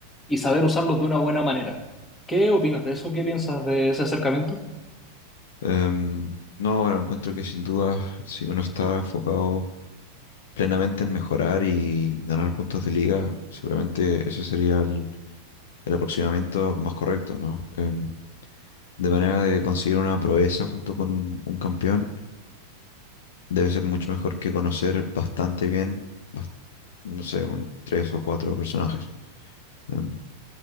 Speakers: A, on the left; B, on the left.
A: y saber usarlos de una buena manera. ¿Qué opinas de eso? ¿Qué piensas de ese acercamiento?
B: Em, no, bueno, encuentro que sin duda, si uno está enfocado plenamente en mejorar y ganar puntos de liga, seguramente ese sería el, el aproximamiento más correcto, ¿no? Em, de manera de conseguir una proeza junto con un campeón, debe ser mucho mejor que conocer bastante bien, bas- no sé, un, tres o cuatro personajes. Em,